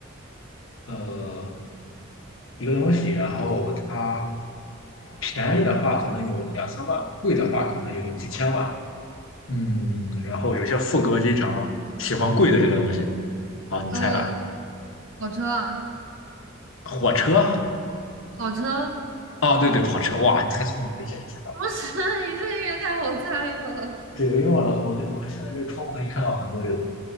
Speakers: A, on the left (about 80°); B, on the right (about 70°).
A: 呃，一个东西，然后它便宜的话可能有两三万，贵的话可能有几千万。嗯，然后有些副歌经常喜欢贵的这个东西。好，你猜吧，
B: 呃，跑车啊
A: 火车。
B: 跑车，
A: 啊，对对，跑车。哇，你太聪明了，一下就猜。
B: 不是，<laughs> 你这个也太好猜了
A: 对，因为我老我我现在这窗户可以看到很多这个，